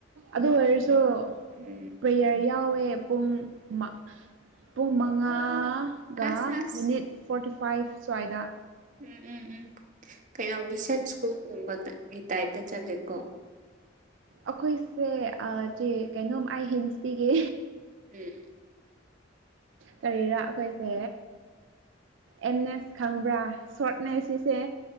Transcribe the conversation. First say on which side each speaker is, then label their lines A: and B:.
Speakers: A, on the right; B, on the right.
A: ꯑꯗꯨ ꯑꯣꯏꯔꯁꯨ꯫
B: ꯎ
A: ꯄ꯭ꯔꯦꯌꯔ ꯌꯥꯎꯋꯦ ꯄꯨꯡ ꯃꯥ ꯄꯨꯡ ꯃꯉꯥꯒ
B: ꯑꯁ ꯑꯁ
A: ꯃꯤꯅꯤꯠ ꯐꯣꯔꯇꯤ ꯐꯥꯏꯚ ꯁ꯭ꯋꯥꯏꯗ
B: ꯎꯝ ꯎꯝ ꯎꯝ ꯀꯩꯅꯣ ꯃꯤꯁꯟ ꯁ꯭ꯀꯨꯜꯒꯨꯝꯕꯗꯒꯤ ꯇꯥꯏꯞꯇ ꯆꯠꯂꯦꯀꯣ
A: ꯑꯩꯈꯣꯏꯁꯦ ꯑꯥ ꯆꯦ ꯀꯩꯅꯣꯝ ꯑꯩꯥ ꯍꯤꯟꯁ ꯄꯤꯒꯦ
B: ꯎꯝ꯫
A: ꯀꯔꯤꯔꯥ ꯑꯩꯈꯣꯏꯁꯦ ꯑꯦꯟꯅꯦꯁ ꯈꯪꯕ꯭ꯔꯥ ꯁꯣꯔꯠꯅꯦ ꯁꯤꯁꯦ